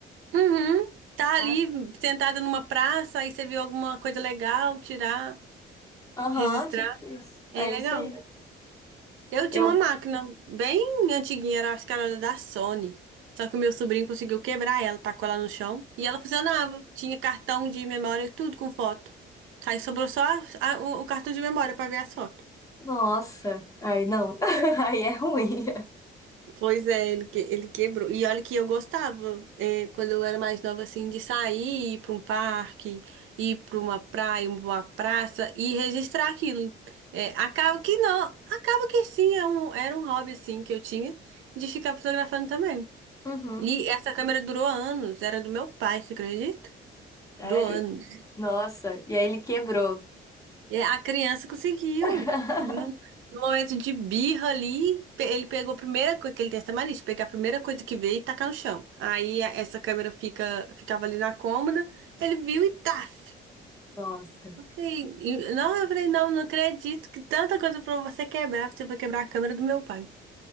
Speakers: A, on the right; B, on the left.
A: Uhum. Tá ali
B: Nossa,
A: sentada numa praça, aí você viu alguma coisa legal, tirar,
B: Aham,
A: registrar,
B: tipo isso.
A: é
B: É
A: legal.
B: isso aí.
A: Eu tinha
B: Eu.
A: uma máquina bem antiguinha, era, acho que era da Sony. Só que o meu sobrinho conseguiu quebrar ela, tacou ela no chão e ela funcionava. Tinha cartão de memória, e tudo com foto. Aí sobrou só a- a- o, o cartão de memória pra ver as fotos.
B: Nossa. Ai, não. <laughs> Aí é ruim.
A: Pois é, ele, que- ele quebrou. E olha que eu gostava, é, quando eu era mais nova, assim, de sair, ir pra um parque, ir pra uma praia, uma praça e registrar aquilo. É, acaba que não, acaba que sim, é um- era um hobby, assim, que eu tinha de ficar fotografando também.
B: Uhum.
A: E essa câmera durou anos, era do meu pai, você acredita?
B: Sério?
A: Durou anos.
B: Nossa. E aí ele quebrou.
A: E a criança conseguiu.
B: <laughs>
A: No no momento de birra ali, pe- ele pegou a primeira coisa, que ele tem essa mania, de pegar a primeira coisa que vê e tacar no chão. Aí a- essa câmera fica, ficava ali na cômoda, ele viu e taf.
B: Nossa.
A: E, e- não, eu falei, não, não acredito que tanta coisa pra você quebrar, você foi quebrar a câmera do meu pai.